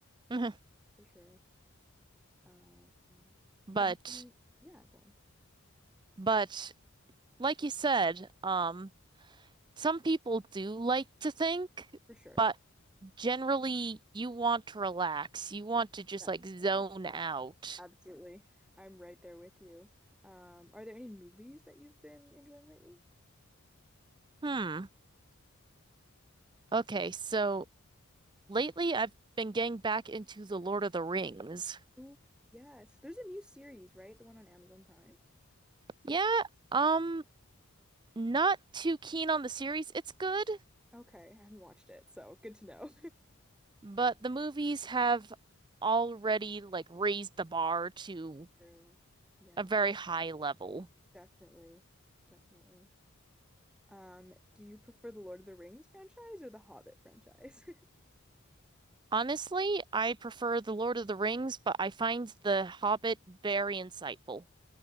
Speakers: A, on the right; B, in the centre.
A: Mhm.
B: for sure. Um,
A: But
B: have you been, yeah, go on.
A: but like you said, um, some people do like to think,
B: For sure.
A: but generally you want to relax. You want to just
B: Definitely.
A: like zone out.
B: Absolutely. I'm right there with you. Um, are there any movies that you've been enjoying lately?
A: Hmm. Okay, so Lately, I've been getting back into The Lord of the Rings.
B: Ooh, yes. There's a new series, right? The one on Amazon Prime.
A: Yeah, um, not too keen on the series. It's good,
B: Okay, I haven't watched it, so good to know.
A: but the movies have already like raised the bar to
B: <laughs> True. Yeah,
A: a very high level.
B: definitely. Definitely. Um, do you prefer the Lord of the Rings franchise or the Hobbit franchise?
A: Honestly, I prefer The Lord of the Rings, but I find The Hobbit very insightful.